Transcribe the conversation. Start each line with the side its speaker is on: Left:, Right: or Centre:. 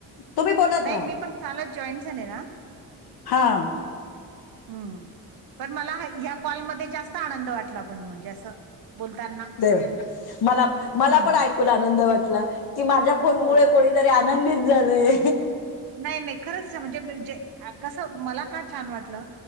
Left: तुम्ही बोलत
Right: नाही
Left: राहा.
Right: मी पण कालच जॉईंन झाले ना.
Left: हां.
Right: हम् पण मला ह्या कॉलमध्ये जास्त आनंद वाटला, पण म्हणजे असं बोलताना.
Left: ते मला मला
Right: हं.
Left: पण ऐकून आनंद वाटला, की माझ्या फोनमुळे
Right: हो.
Left: कुणीतरी आनंदित झालंय.
Right: नाही नाही खरंच म्हणजेे जे कसं मला का छान वाटलं?